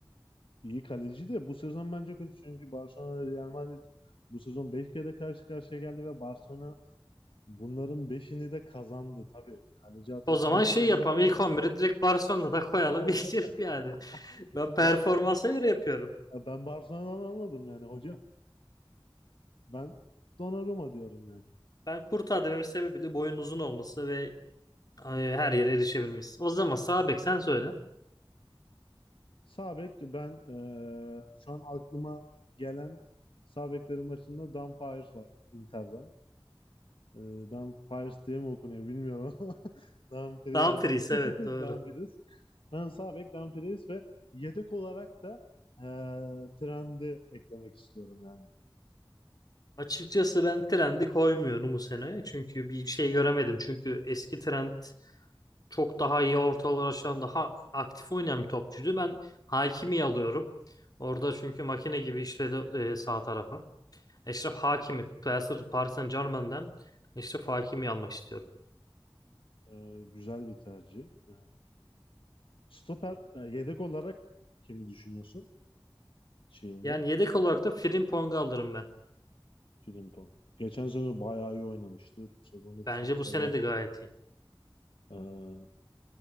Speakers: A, on the left; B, on the left.
A: iyi kaleci de bu sezon bence kötü. Çünkü Barcelona Real Madrid bu sezon 5 kere karşı karşıya geldi ve Barcelona bunların beşini de kazandı. Tabii kaleci hatası
B: O zaman
A: demiyorum
B: şey yapalım.
A: ama
B: İlk 11'i direkt Barcelona'da koyalım.
A: Hayır,
B: <laughs> Geçelim
A: ben,
B: yani.
A: <laughs>
B: Ben performansa
A: ben Bar-
B: göre yapıyorum.
A: ben Barcelona'dan anladım yani hocam. Ben Donnarumma diyorum yani.
B: Ben Kurtuğa dememin sebebi de boyun uzun olması ve Ay, Her yere erişebilmiş. O zaman sağ bek sen söyle.
A: Sağ bek ben eee, şu an aklıma gelen sağ beklerin başında Dan Paers var Inter'den. Ee, Dumfries diye mi okunuyor bilmiyorum ama <laughs> Dumfries.
B: Dumfries
A: <laughs>
B: evet doğru.
A: Dumfries. Ben sağ bek Dumfries ve yedek olarak da eee Trent'i eklemek istiyorum yani.
B: Açıkçası ben Trent'i koymuyorum bu sene. Çünkü bir şey göremedim. Çünkü eski Trent çok daha iyi ortalar aşan daha aktif oynayan bir topçuydu. Ben Hakimi alıyorum. Orada çünkü makine gibi işledi e, sağ tarafı. Eşref Hakimi Paris Paris Saint-Germain'den Eşref Hakimi almak istiyorum.
A: Ee, güzel bir tercih. Ee, Stoper e, yedek olarak kimi düşünüyorsun şeyinde?
B: Yani yedek olarak da Frimpong'u alırım ben.
A: Frimpong. Geçen sezon bayağı iyi oynamıştı. Bu sezonda
B: Bence
A: transfer
B: bu sene
A: yapacak.
B: de gayet iyi.
A: Ee,